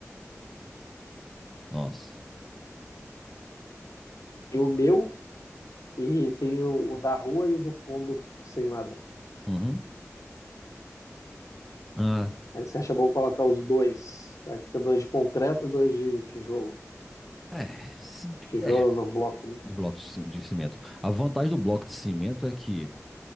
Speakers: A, in the centre; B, on the left (about 80°).
A: Nossa.
B: Tem o meu e tem o, o da rua e o do fundo sem nada.
A: Uhum. Ah,
B: Aí você acha bom colocar os dois. Aí fica dois de concreto e dois de tijolo.
A: é, se-
B: Tijolo
A: é,
B: não bloco, né?
A: de bloco de ci- de cimento. A vantagem do bloco de cimento é que